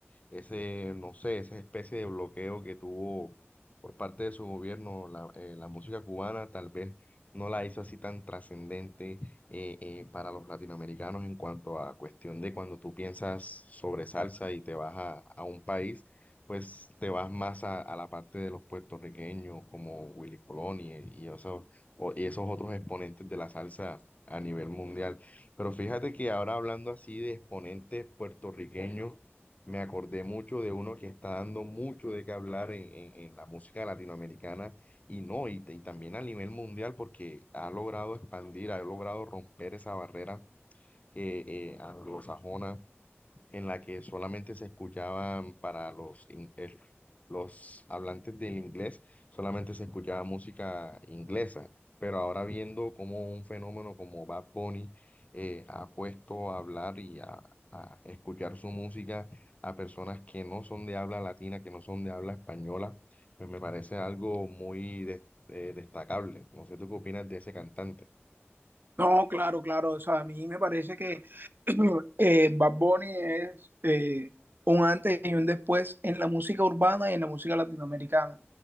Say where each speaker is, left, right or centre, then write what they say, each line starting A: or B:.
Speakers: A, on the left; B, on the right.
A: ese, no sé, esa especie de bloqueo que tuvo por parte de su gobierno la, eh, la música cubana, tal vez no la hizo así tan trascendente eh, eh, para los latinoamericanos en cuanto a cuestión de cuando tú piensas sobre salsa y te vas a, a un país, pues te vas más a, a la parte de los puertorriqueños como Willy Colón y, y esos, o- y esos otros exponentes de la salsa a nivel mundial. Pero fíjate que ahora hablando así de exponentes puertorriqueños, me acordé mucho de uno que está dando mucho de qué hablar en, en- en la música latinoamericana y no, y, y también a nivel mundial porque ha logrado expandir, ha logrado romper esa barrera eh, eh, anglosajona en la que solamente se escuchaban para los, in- el- los hablantes del inglés, solamente se escuchaba música inglesa. Pero ahora viendo cómo un fenómeno como Bad Bunny eh, ha puesto a hablar y a, a escuchar su música a personas que no son de habla latina, que no son de habla española, pues me parece algo muy des- eh, destacable. No sé tú qué opinas de ese cantante.
B: No, claro, claro. O sea, a mí me parece que <clears throat> eh, Bad Bunny es eh, un antes y un después en la música urbana y en la música latinoamericana.